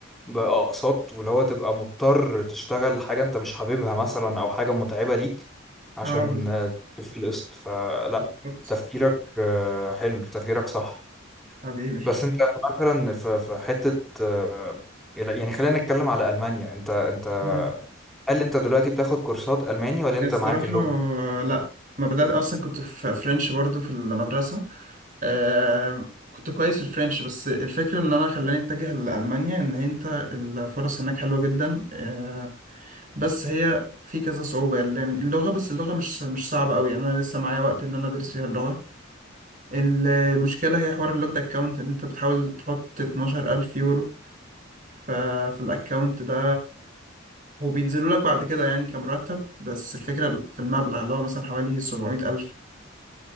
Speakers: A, in the centre; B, on the right (about 45°).
A: باقساط واللي هو تبقى مضطر تشتغل حاجه انت مش حاببها مثلا او حاجه متعبه ليك عشان
B: اه
A: آه، تكفي القسط فلا
B: بالظبط
A: تفكيرك آه، حلو تفكيرك صح
B: حبيبي
A: بس انت مثلا في في حته آه، يعني خلينا نتكلم على المانيا انت انت
B: مم.
A: هل انت دلوقتي بتاخد كورسات الماني ولا انت
B: الصراحة
A: معاك اللغه
B: لأ ما بدأت أصلا كنت في فرنش برضو في المدرسة آه كنت كويس في الفرنش بس الفكرة ان انا خلاني اتجه لألمانيا ان انت الفرص هناك حلوة جدا آه بس هي في كذا صعوبة لان اللغة بس اللغة مش مش صعبة قوي يعني انا لسه معايا وقت ان انا ادرس فيها اللغة المشكلة هي حوار اللوكد اكاونت ان انت بتحاول تحط 12000 الف يورو ففي الاكاونت ده هو بينزلوا لك بعد كده يعني كمرتب بس الفكرة في المبلغ اللي هو مثلا حوالي 700000 الف